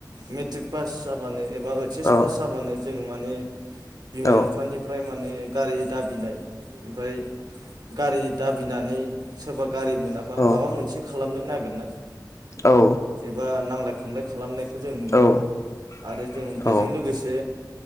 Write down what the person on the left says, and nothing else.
औ
औ
औ
औ
औ
औ